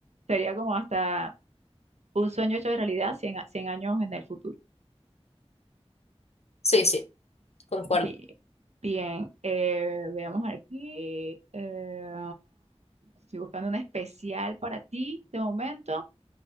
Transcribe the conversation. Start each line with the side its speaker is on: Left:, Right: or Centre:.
Right: sería como hasta un sueño hecho de realidad cien a- 100 años en el futuro.
Left: Sí, sí, concuerdo.
Right: Bi- Bien, eh, veamos aquí, eh, estoy buscando un especial para ti de momento.